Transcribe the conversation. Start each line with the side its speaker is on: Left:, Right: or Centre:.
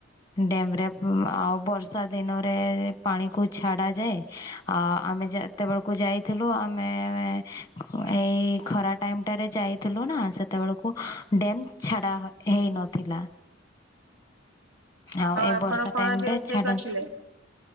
Left: ଡ୍ୟାମ୍ ରେ ଆଉ ବର୍ଷା ଦିନରେ ପାଣିକୁ ଛାଡ଼ା ଯାଏ, ଆ-ଆ ଆମେ ଜା ଯେତେବେଳକୁ ଯାଇଥିଲୁ ଆମେ-ଏ-ଏ-ଏ ଖ ଏଇ ଖରା ଟାଇମଟାରେ ଯାଇଥିଲୁ ନା। ସେତେବେଳକୁ ଡ୍ୟେମ୍ ଛାଡା ହେଇ ନଥିଲା। ଆଉ ଏ
Right: ଆପଣ
Left: ବର୍ଷା
Right: କଣ
Left: ଟାଇମଟା
Right: ଆଜି ରୋଷେଇ
Left: ଛାଡନ୍ତି।
Right: କରିଥିଲେ?